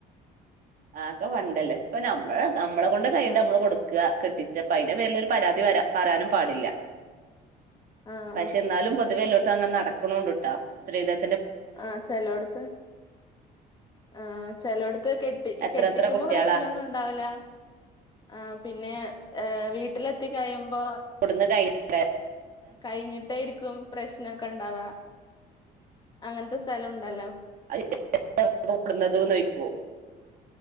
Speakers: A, on the right; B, on the left.
A: ആ അക്കൊ പണ്ടല്ലേ ഇപ്പൊ നമ്മള് നമ്മളെ കൊണ്ട് കയ്യിൺത്
B: ആഹ്
A: അമ്മള് കൊടുക്ക കെട്ടിച്ചപ്പ അയിന്റെ പേരിലൊരു പരാതി വരാ പറയാനും പാടില്ല
B: ആഹ്
A: പക്ഷെ എന്നാലും പൊതുവെല്ലോ പ്പ അങ്ങന്നടക്കുണുണ്ട്ട്ടാ ശ്രീധൻ
B: ആചെലോട്ത്ത് ആ ചെലോട്ത്ത് കെട്ടി ഇ
A: എത്ര
B: കെട്ടിക്കുമ്പോ
A: എത്ര കുട്ടികളാ
B: പ്രശ്നൊന്നും ഉണ്ടാവ് ല്ല ആ പിന്നെ എ വീട്ടിലെത്തി കഴിയുമ്പോ
A: കൊട്ന്ന് കഴി <unintelligible>
B: കഴിഞ്ഞിട്ടായിരിക്കും പ്രശ് നൊക്കെണ്ടാവാ അങ്ങൻത്തെ സ്ഥലുണ്ടല്ലോ
A: <unintelligible> ന്നത് നോയിക്കോ